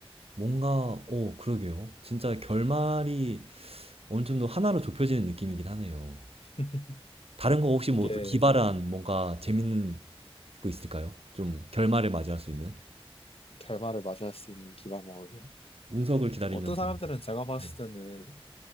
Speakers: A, on the right; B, on the left.
A: 뭔가 어 그러게요. 진짜 결말이 어느 정도 하나로 좁혀지는 느낌이긴 하네요.
B: <laughs>
A: 다른 거 혹시 뭐또
B: 이게
A: 기발한 뭔가 재밌는 거 있을까요? 좀 결말을 맞이할 수 있는?
B: 결말을 맞이할 수 있는 기발목이요.
A: 운석을 기다리면서.
B: 어떤 사람들은 제가 봤을
A: 네.
B: 때는